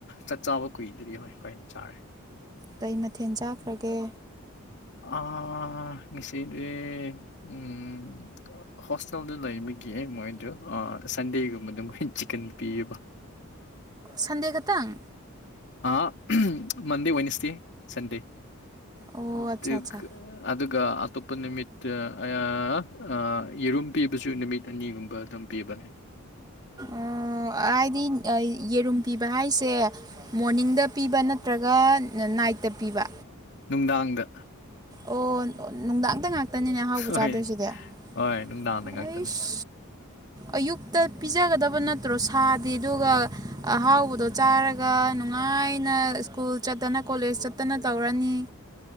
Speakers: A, on the left (about 50°); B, on the right (about 15°).
A: ꯆꯥꯛ ꯆꯥꯕ ꯀꯨꯏꯗꯨꯗꯤ ꯍꯣꯏ ꯍꯣꯏ ꯆꯥꯔꯦ
B: ꯀꯩ ꯃꯊꯦꯜ ꯆꯥꯈ꯭ꯔꯒꯦ
A: ꯑ ꯑꯁꯤꯗꯤ ꯎꯝ ꯍꯣꯁꯇꯦꯜꯗ ꯂꯩꯕꯒꯤ ꯃꯣꯏꯗꯨ ꯁꯟꯗꯦꯒꯨꯝꯕꯗ ꯃꯣꯏ ꯆꯤꯛꯀꯟ ꯄꯤꯌꯦꯕ
B: ꯁꯟꯗꯦ ꯇꯛꯇꯪ
A: ꯑꯥ ꯃꯟꯗꯦ ꯋꯥꯏꯅꯤꯁꯗꯦ ꯁꯟꯗꯦ
B: ꯑꯣ
A: ꯑꯗꯨꯒ
B: ꯑꯠꯆꯥ ꯑꯠꯆꯥ
A: ꯑꯗꯨꯒ ꯑꯇꯣꯞꯄ ꯅꯨꯃꯤꯠꯇ ꯑ ꯌꯦꯔꯨꯝ ꯄꯤꯕꯁꯨ ꯅꯨꯃꯤꯠ ꯑꯅꯤꯒꯨꯝꯕ ꯑꯗꯨꯝ ꯄꯤꯕꯅꯦ
B: ꯑ ꯍꯥꯏꯗꯤ ꯌꯦꯔꯨꯝ ꯄꯤꯕ ꯍꯥꯏꯁꯦ ꯃꯣꯔꯅꯤꯡꯗ ꯄꯤꯕ ꯅꯠꯇ꯭ꯔꯒ ꯅꯥꯏꯠꯇ ꯄꯤꯕ
A: ꯅꯨꯡꯗꯥꯡꯗ
B: ꯑꯣ ꯅꯨꯡꯗꯥꯡꯗ ꯉꯥꯛꯇꯅꯤꯅꯦ ꯑꯍꯥꯎꯕ
A: ꯍꯣꯏ
B: ꯆꯥꯗꯣꯏꯁꯤꯗꯤ ꯑꯩꯁ
A: ꯍꯣꯏ ꯅꯨꯡꯗꯥꯡꯗ ꯉꯥꯛꯇꯅꯦ
B: ꯑꯌꯨꯛꯇ ꯄꯤꯖꯒꯗꯕ ꯅꯠꯇ꯭ꯔꯣ ꯁꯥꯗꯤ ꯑꯗꯨꯒ ꯑꯍꯥꯎꯕꯗꯣ ꯆꯥꯔꯒ ꯅꯨꯡꯉꯥꯏꯅ ꯁ꯭ꯀꯨꯜ ꯆꯠꯇꯅ ꯀꯣꯂꯦꯖ ꯆꯠꯇꯅ ꯇꯧꯔꯅꯤ